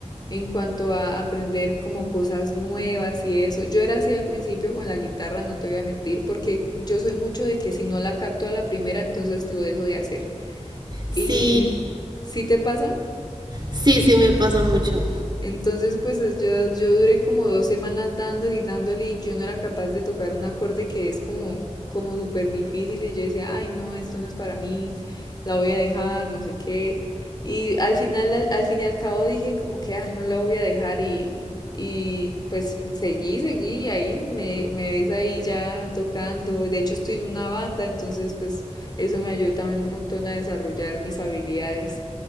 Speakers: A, on the left; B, on the right.
A: en cuanto a aprender como cosas nuevas y eso. Yo era así al principio con la guitarra, no te voy a mentir, porque yo soy mucho de que si no la capto a la primera, entonces lo dejo de hacer.
B: Sí,
A: ¿Y si te pasa?
B: sí, sí me pasa mucho.
A: Entonces, pues yo, yo duré como dos semanas dándole y dándole y yo no era capaz de tocar un acorde que es como, como súper difícil y yo decía, ay no, esto no es para mí, la voy a dejar, no sé qué. Y al final, al, al fin y al cabo dije como que, ah, no la voy a dejar y, y pues seguí, seguí y ahí me, me ves ahí ya tocando. De hecho, estoy en una banda, entonces pues eso me ayudó también un montón a desarrollar mis habilidades.